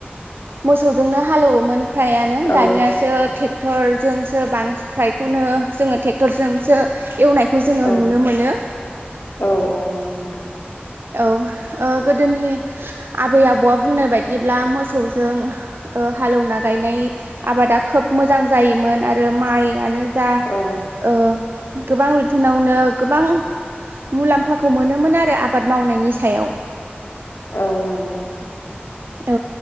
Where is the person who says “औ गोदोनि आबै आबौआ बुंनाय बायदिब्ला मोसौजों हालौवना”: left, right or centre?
Right